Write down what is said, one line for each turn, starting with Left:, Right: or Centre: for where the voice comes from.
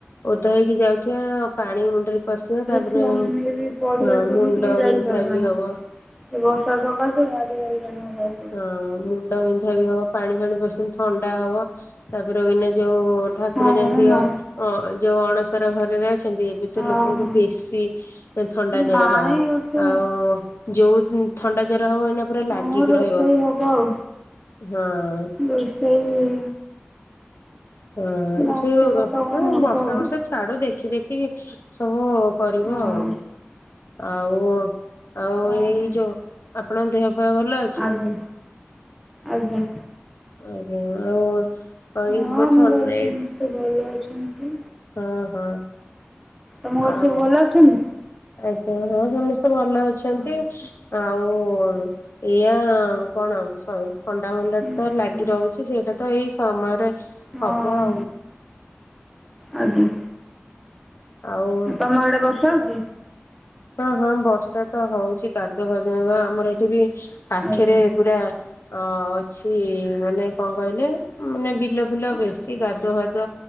Left: ଓଧା ହେଇକି ଯାଉଥିବା ଆଉ ପାଣି ମୁଣ୍ଡରେ ପଶିବ ତାପରେ
Centre: ଛୁଆମାନେ
Left: ଅମ
Centre: ବି ପଢ଼ିବାକୁ
Left: ହଁ ମୁଣ୍ଡ
Centre: ବି ଟିକେ ଯାଇପାରୁନାହାନ୍ତି।
Left: ବିନ୍ଧା ବି ହବ।
Centre: ଏ ବର୍ଷା ସକାସେ ଭାରି ହଇରାଣ ହେବାକୁ
Left: ହଁ ମୁଣ୍ଡ ବିନ୍ଧା ବି ହବ ପାଣି ଫାଣି ବସିଲ ଥଣ୍ଡା ହବ। ତାପରେ ଉଇନା ଯୋଉ ଠାକୁର
Centre: କଣ କରିବୁ
Left: ଯେମିତି
Centre: ହଁ ମ
Left: ଅ ଯୋଉ ଅଣଶ ର ଘରେ ରହିବେ ଏବେ ତ ଲୋକଙ୍କୁ
Centre: ଓହୋ।
Left: ବେଶୀ ଥଣ୍ଡା ଜର
Centre: ନାଇଁ
Left: ହବ।
Centre: ତୁ
Left: ଆଉ ଯୋଉ ଥଣ୍ଡା ଜର ହବ ଏଇନା ପୁରା
Centre: ହଁ
Left: ଲାଗିକି ରହିବ
Centre: ରୋଷେଇ ହବ ଆଉ।
Left: ହଁ।
Centre: ରୋଷେଇ
Left: ହଁ।
Centre: ଭାତ
Left: ସେ ଯୋଗ୍
Centre: ଫାତ କଣ
Left: ମାନେ
Centre: ହବ
Left: ବର୍ଷା
Centre: ଆଉ।
Left: ବର୍ଷା ଛାଡୁ ଦେ ଦେଖି ଦେଖିକି ସବୁ କରିବ
Centre: ହଁ
Left: ଆଉ। ଆଉ ଆଉ
Centre: ହଁ
Left: ଏଇ
Centre: ହଁ
Left: ଯୋ ଆପଣଙ୍କ ଦେହ ଫେହ ଭଲ ଅଛି?
Centre: ଆଜ୍ଞା ଆଜ୍ଞା।
Left: ଆଜ୍ଞା ଆଉ ଏଇ
Centre: ହଁ ଆମ
Left: ଥଣ୍ଡା
Centre: ଘରେ ସମସ୍ତେ ଭଲ ଅଛନ୍ତି।
Left: ହଁ ହଁ।
Centre: ତମ ଘରେ
Left: ଆଉ
Centre: ସବୁ ଭଲ ଅଛନ୍ତି?
Left: ଆଜ୍ଞା ହଁ ସମସ୍ତେ ଭଲ ଅଛନ୍ତି।
Centre: ହଁ
Left: ଆଉ ଏଇଆ ଆଉ କଣ? ହଉ ଏଇ ଥଣ୍ଡା ମଣ୍ଡା
Centre: ହୁଁ।
Left: ତ ଲାଗି ରହୁଛି ସେଇଟା ତ ଏଇ ସମୟରେ
Centre: ହଁ
Left: ହବ ଆଉ।
Centre: ଆଜ୍ଞା।
Left: ଆଉ
Centre: ତମ ଆଡେ ବର୍ଷା ହଉଛି?
Left: ହଁ ହଁ ବର୍ଷା ତ ହଉଛି। କାଦୁଅ ଫାଦୁଅ ଆମର ଏଠି ବି ପାଖରେ
Centre: ଆଜ୍ଞା
Left: ପୁରା ଅ ଅଛି ମାନେ କଣ କହିଲେ ମାନେ ବିଲ ବିଲ ବେଶୀ
Centre: ଆଜ୍ଞା
Left: କାଦୁଅ ଫାଦୁଅ